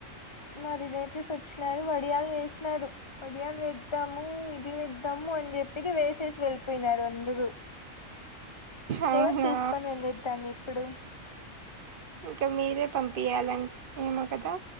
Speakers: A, on the left (about 35°); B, on the right (about 50°).
A: మ రిలేటివ్స్ వచ్చినారు వడియాలు వేసినారు వడియాలు వేద్దాము ఇది వేద్దాము అని చెప్ తిని వేసేసి వెళ్ళిపోయినారు అందరు
B: అవునా
A: ఎవరు తీసుకొని వెళ్లేేది దాన్ని ఇప్పుడు
B: ఇంకా మీరే పంపియాల అన్ ఏమో కదా